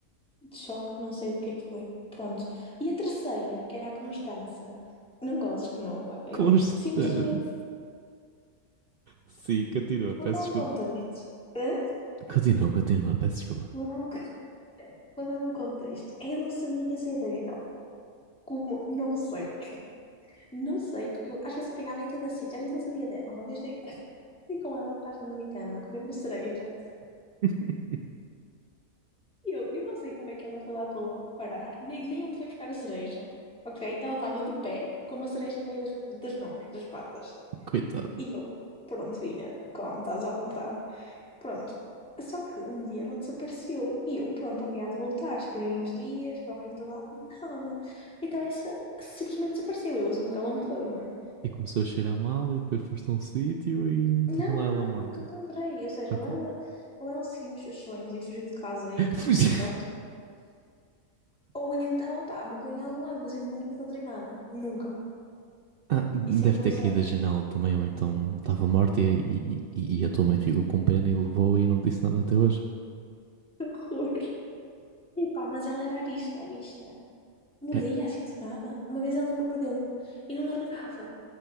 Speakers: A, in the centre; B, on the right.
A: de choque, não sei do que é que foi. Pronto. E a terceira, que era a Constança, não gosto que nome, ok?
B: constante.
A: Simplesmente
B: Sim, continua, peço
A: Vou dar
B: desculpa.
A: um contexto. Hã?
B: Continua, continua, peço desculpa.
A: Vou dar um, vou dar um contexto. Ela sabia sair da gaiola. Como? Não sei. Não sei, porque eu às vezes apanhava em cada sítio, às vezes não sabia dela. Uma vez dei, <laughs> dei com ela atrás da minha cama a comer uma cereja.
B: <laughs>
A: E eu, eu não sei como é que ela foi lá pala- parar, nem, nem onde foi buscar a cereja. Ok? Ela estava de pé, com uma cereja no meio das, das mãos, das patas.
B: Coitado.
A: E eu, pronto, filha, como, estás à vontade. Pronto. Só que um dia ela desapareceu e eu, pronto, ok, há de voltar. Esperei uns dias, procurei em todo lado, nada. Então essa simplesmente desapareceu. Eu assumo que ela morreu, não é?
B: E começou a cheirar mal e depois foste a um sítio e estava
A: Não,
B: lá
A: não,
B: ela
A: não,
B: morta.
A: nunca encontrei. Ou seja,
B: Então.
A: ou ela, ou ela seguiu os seus sonhos e fugiu de casa e.
B: <laughs> Fugi.
A: pronto. Ou então, opá, morreu em algum lado, mas eu nunca encontrei nada. Nunca.
B: Ah, deve
A: Isso é que é
B: ter
A: bem estranho.
B: caído da janela também, ou então estava morta e, e, e- e a tua mãe ficou com pena e levou e não disse nada até hoje.
A: <laughs> Cor. Epá, mas ela era arisca, a bicha. Mordia
B: É,
A: assim do nada. Uma vez ela mordeu-me e não largava.